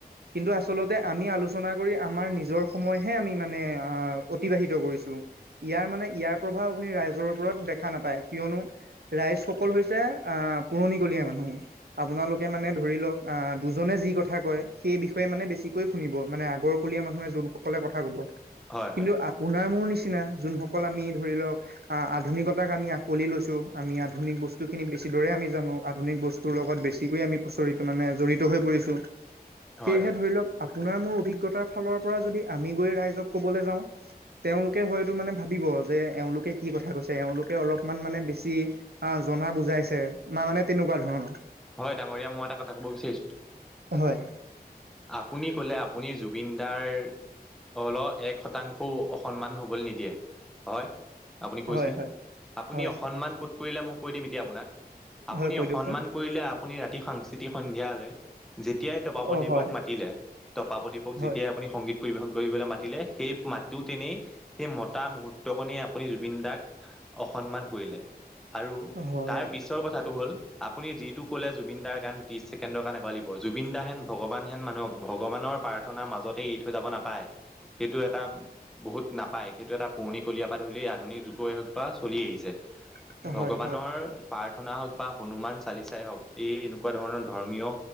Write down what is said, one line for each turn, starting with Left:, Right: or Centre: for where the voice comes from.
Right: কিন্তু আচলতে আমি আলোচনা কৰি আমাৰ নিজৰ সময়হে আমি মানে আহ অতিবাহিত কৰিছো। ইয়াৰ মানে ইয়াৰ প্ৰভাৱ আপুনি ৰাইজৰ ওপৰত দেখা নাপায়। কিয়নো ৰাইজসকল হৈছে আহ পুৰণিকলীয়া মানুহ। আপোনালোকে মানে ধৰি লওক আহ দুজনে যি কি কথা কয় সেই বিষয়ে মানে বেছিকৈ শুনিব। মানে আগৰকলীয়া মানুহে যোনসকলে কথা ক'ব।
Centre: হয় হয়
Right: কিন্তু আপোনাৰ মোৰ নিচনা নিচিনা যোনসকল আমি ধৰি লওক আহ আধুনিকতাক আমি আকোৱালি লৈছো। আমি আধুনিক বস্তুখিনিক বেছিদৰে আমি জানো। আধুনিক বস্তুৰ লগত বেছিকৈ আমি প্ৰচিত মানে জড়িত হৈ পৰি
Centre: হয়
Right: সেয়েহে
Centre: হয়
Right: ধৰি লওক আপোনাৰ মোৰ অভিজ্ঞতাৰ ফালৰ পৰা যদি আমি গৈ ৰাইজক ক'বলৈ যাওঁ তেওঁলোকে হয়তো মানে ভাবিব। যে এওঁলোকে কি কথা কৈছে এওঁলোকে অলপমান মানে বেছি। অ জনা বুজাইছে ন মানে তেনেকুৱা ধৰণৰ।
Centre: হয় ডাঙৰীয়া মই এটা কথা কব বিচাৰিছো।
Right: হয়।
Centre: আপুনি কলে আপুনি জুবিন দাৰ। অল এক শতাংশও অসন্মান হবলৈ নিদিয়ে। হয় আপুনি কৈছিল
Right: হয় হয়
Centre: আপুনি
Right: হয়
Centre: অসন্মান ক'ত। কৰিলে মই কৈ দিম এতিয়া আপুনাক। আপুনি
Right: হয় কৈ
Centre: অসন্মান
Right: দিয়কচোন
Centre: কৰিলে আপুনি ৰাতি সাংস্কৃতিক সন্ধিয়ালে। যেতিয়াই পাপদ্বীপক
Right: অ হয়
Centre: মাতিলে পাদ্বীপক যেতিয়াই
Right: হয়
Centre: আপুনি সংগীত পৰিবেশন কৰিবলৈ মালে সেই। মাতো তেনেই সেই মতা মুহুৰ্ত কনে আপুনি জুবিন দাক। অসন্মান কৰিলে আৰু
Right: হয় হয়
Centre: তাৰ পিছৰ কথাটো হ'ল। আপুনি যিটো কলে জুবিন দাৰ গান ত্ৰিশ ছেকেণ্ডৰণ কাৰণে গাব লাগিব। জুবিন দা হেন ভগৱান ভগৱান হেন মানুহক ভগৱানৰ প্ৰাৰ্থনা মাজতে এৰি থৈ যাব নাপায়। সেইটো এটা বহুত নাপায়। সেইটো এটা পুৰণি কলিয়া পা ধূলি আধুনিক যুগৰে হওক বা চলি আহিছে
Right: হয়
Centre: ভগৱানৰ
Right: হয়
Centre: পাৰ। প্ৰাৰ্থনা হওক বা হনুমান চালিচাই হওক এই এনেকুৱা ধৰণৰ ধৰ্মীয়